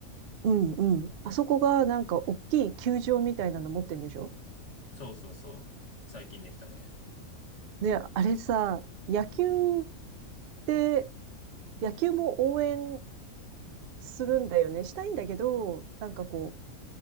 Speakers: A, on the right (about 80°); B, on the left (about 50°).
A: うんうん。あそこがなんか大きい球場みたいなの持ってんでしょ
B: そうそうそう。最近できたね。
A: で、あれさ、野球って、野球も応援するんだよね。したいんだけど、なんかこう、